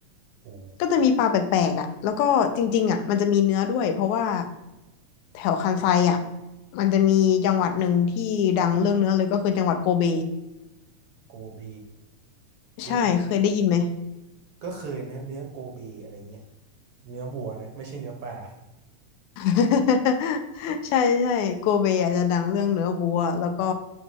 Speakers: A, on the right; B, on the left.
A: โอ้
B: ก็จะมีปลาแปลกๆอ่ะแล้วก็จริงๆอ่ะมันจะมีเนื้อด้วยเพราะว่าแถวคันไซอ่ะมันจะมีจังหวัดหนึ่งที่ดังเรื่องเนื้อเลยก็คือจังหวัดโกเบ
A: โกเบเอะ
B: ใช่เคยได้ยินไหม
A: ก็เคยนะเนื้อโกเบอะไรเงี้ยเนื้อบัวนะไม่ใช่เนื้อปลา
B: <laughs> ใช่ใช่โกเบอาจจะดังเรื่องเนื้อวัวแล้วก็